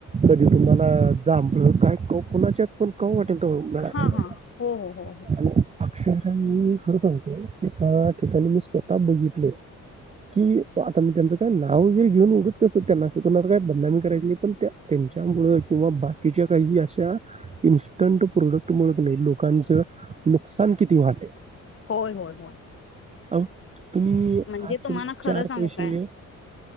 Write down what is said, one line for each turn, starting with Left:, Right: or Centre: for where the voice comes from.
Right: कधी तुम्हाला जा काय कुणाच्या आहेत पण क वाटेल तर मिळा
Left: हा
Right: आ
Left: हा हो हो हो हो
Right: आणि अक्षरः मी खरं सांगतो एका ठिकाणी मी स्वतः बघितलं कि आता मी त्यांचं काय नाव वगैरे घेऊन उगत करसतो त्यांनाना काही बंधन करायच नाही पण त्यांच्यामुळे किंवा बाकीच्या काही अशा इन्स्टंट प्रोडक्ट मु नाही लोक ांच नुकसान किती वाले
Left: होय होय होय
Right: हो तुम्ही आज
Left: म्हणजे तुम्हाला
Right: तुम्ही
Left: खरं
Right: चार
Left: सांगू
Right: पैसे
Left: काय